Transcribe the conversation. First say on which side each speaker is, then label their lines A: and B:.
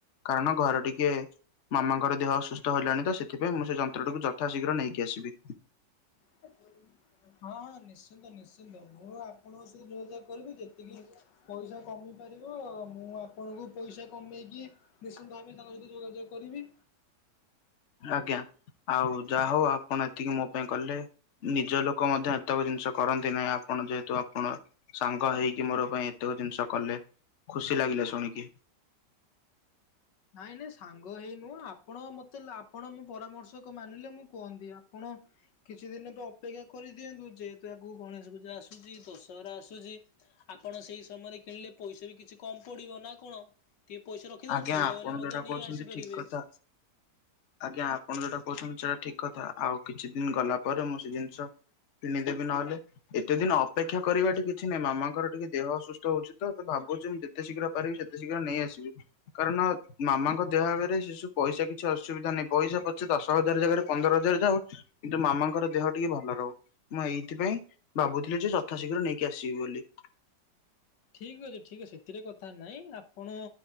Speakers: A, on the left; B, on the left.
A: କାରଣ ଘର ଟିକେ ମାମାଙ୍କର ଦେହ ଅସୁସ୍ଥ ହେଲାଣି ତ ସେଥିପାଇଁ ମୁଁ ସେ ଯନ୍ତ୍ରଟିକୁ ଯଥାଶୀଘ୍ର ନେଇକି ଆସିବି।
B: ଆଜ୍ <inaudible> ହଁ ହଁ ନିଶ୍ଚିନ୍ତ ନିଶ୍ଚିନ୍ତ ମୁଁ ଆପଣଙ୍କ ସହିତ ଯୋଗାଯୋଗ କରିବି ଯେତିକି ପଇସା କମି ପାରିବ ମୁଁ ଆପଣଙ୍କୁ ପଇସା କମେଇକି ନିଶ୍ଚିନ୍ତ ଭାବେ ତାଙ୍କ ସହିତ ଯୋଗାଯୋଗ କରିବି।
A: ଆଜ୍ଞା ଆଉ ଯାହା ହଉ ଆପଣ ଏତିକି ମୋ ପାଇଁ କଲେ। ନିଜ ଲୋକ ମଧ୍ୟ ଏତକ ଜିନିଷ କରନ୍ତି ନାହିଁ ଆପଣ ଯେହେତୁ ଆପଣ ସାଙ୍ଗ ହେଇକି ମୋର ପାଇଁ ଏତକ ଜିନିଷ କଲେ ଖୁସି ଲାଗିଲା ଶୁଣିକି।
B: ନାଇଁ ନାଇଁ ସାଙ୍ଗ ହେଇ ନୁହଁ ଆପଣ ମତେ ଆପଣ ମୋ ପରାମର୍ଶ କ ମାନିଲେ ମୁଁ କୁହନ୍ତି ଆପଣ କିଛି ଦିନ ତ ଅପେକ୍ଷା କରିଦିଅନ୍ତୁ ଯେହେତୁ ଆଗକୁ ଗଣେଶ ପୂଜା ଆସୁଚି ଦଶହରା ଆସୁଚି। ଆପଣ ସେଇ ସମୟରେ କିଣିଲେ ପଇସା ବି କିଛି କମ ପଡିବ ନା କଣ ଟିକେ ପଇସା ରଖିଦିଅନ୍ତୁ।
A: ଆଜ୍ଞା
B: ହେଲେ
A: ଆପଣ
B: ମଧ୍ୟ
A: ଯୋଉଟା କହୁଛନ୍ତି
B: ନେଇ ଆସିପାରିବେ।
A: ଠିକ କଥା। ଆଜ୍ଞା ଆପଣ ଯଉଟା କହୁଛନ୍ତି ସେଟା ଠିକ କଥା ଆଉ କିଛି ଦିନ ଗଲା ପରେ ମୁଁ ସେ ଜିନିଷ କିଣିିଦେବି ନହେଲେ। ଏତେ ଦିନ ଅପେକ୍ଷା କରିବା ଟି କିଛି ନାହିଁ ମାମାଙ୍କର ଟିକେ ଦେହ ଅସୁସ୍ଥ ହଉଛି ତ ଭାବୁଛି ମୁଁ ଯେତେ ଶୀଘ୍ର ପାରିବି ସେତେ ଶୀଘ୍ର ନେଇ ଆସିବି। କାରଣ ମାମାଙ୍କ ଦେହଆଗରେ ସେସବୁ ପଇସା କିଛି ଅସୁବିଧା ନାହିଁ ପଇସା ପଛେ ଦଶ ହଜାର ଜାଗାରେ ପନ୍ଦର ହଜାର ଯାଉ କିନ୍ତୁ ମାମାଙ୍କର ଦେହ ଟିକେ ଭଲ ରହୁ। ମୁଁ ଏଇଥିପାଇଁ ଭାବୁଥିଲି ଯେ ଯଥା ଶୀଘ୍ର ନେଇକି ଆସିବି ବୋଲି।
B: ଠିକ ଅଛି ଠିକ ଅଛି ସେଥିରେ କଥା ନାଇଁ ଆପଣ